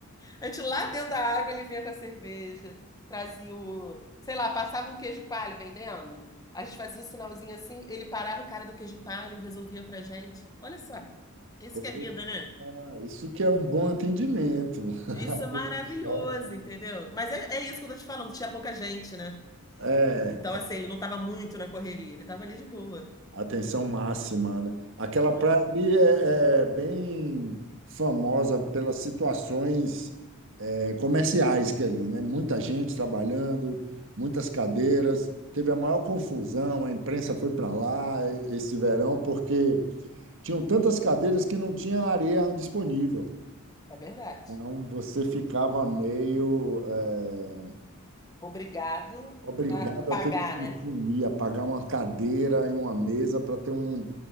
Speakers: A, on the left (about 15°); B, on the right (about 60°).
A: A gente lá dentro da água, ele vinha com a cerveja, trazia o, sei lá, passava um queijo coalho vendendo. A gente fazia o sinalzinho assim, ele parava o cara do queijo coalho, resolvia pra gente. Olha só, isso
B: Porra,
A: que é vida,
B: <laughs>
A: né?
B: isso que é um bom atendimento. <laughs>
A: Isso é maravilhoso, entendeu? Mas é, é isso que eu tô te falando, tinha pouca gente, né?
B: É,
A: Então, assim, ele não tava muito na correria, ele tava ali de boa.
B: Atenção máxima, né? Aquela praia
A: Hum,
B: ali é, é bem famosa pelas situações é, comerciais que é ali, né? Muita gente trabalhando, muitas cadeiras. Teve a maior confusão, a imprensa foi para lá e- esse verão porque tinham tantas cadeiras que não tinha areia disponível.
A: É verdade.
B: Então você ficava meio é,
A: Obrigado
B: Obrigado
A: a pagar,
B: a ter que me
A: né?
B: sumir, a pagar uma cadeira e uma mesa para ter um,